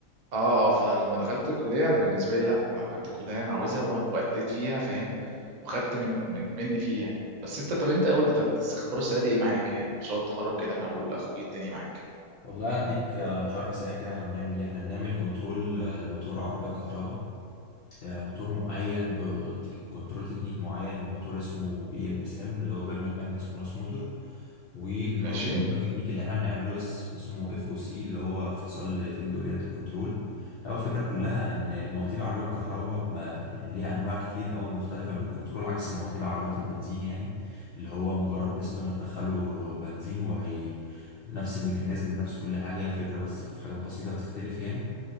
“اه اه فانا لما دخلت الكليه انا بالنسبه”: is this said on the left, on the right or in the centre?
Right